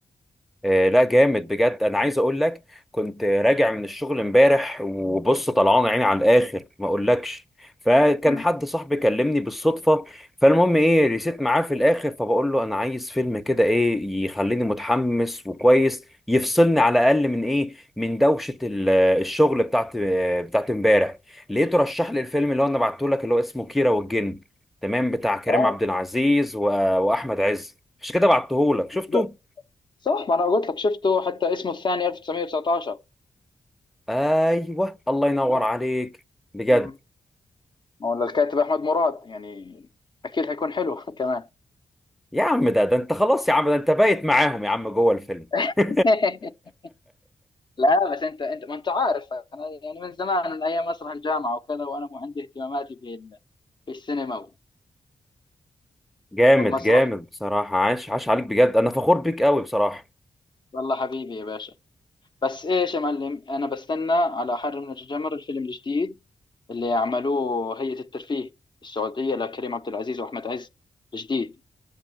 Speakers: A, in the centre; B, on the left (about 40°).
A: آه، لا جامد بجد انا عايز اقول لك كنت راجع من الشغل امبارح وبص طلعان عيني على الاخر ما اقولكش فكان
B: مم.
A: حد صاحبي كلمني بالصدفه فالمهم ايه ريسيت معاه في الاخر فبقول له انا عايز فيلم كده ايه يخليني متحمس وكويس يفصلني على الاقل من ايه من دوشه ال- الشغل بتاعت بتاعت امبارح لقيته رشح لي الفيلم اللي هو انا بعته لك اللي هو اسمه كيرة والجن تمام بتاع كريم
B: اه
A: عبد العزيز و- واحمد عز عشان كده بعته لك شفته
B: بالظبط. صح ما انا قلت لك شفته حتى اسمه الثاني 1919
A: ايوه الله ينور
B: اه
A: عليك بجد
B: مم. ما هو الكاتب احمد مراد يعني اكيد حيكون حلو <laughs> كمان
A: يا عم ده ده انت خلاص يا عم ده انت بايت معاهم يا عم جوه الفيلم
B: <laughs>
A: <laughs>
B: لا بس انت انت ما انت عارف انا يعني من زمان من ايام مسرح الجامعه وكذا وانا مو عندي اهتماماتي في ال- في السينما
A: جامد
B: والمسرح
A: جامد بصراحة عاش عاش عليك بجد أنا فخور بيك قوي بصراحة
B: والله حبيبي يا باشا بس ايش يا معلم انا بستنى على حر من الجمر الفيلم الجديد اللي عملوه هيئة الترفيه السعودية لكريم عبد العزيز واحمد عز الجديد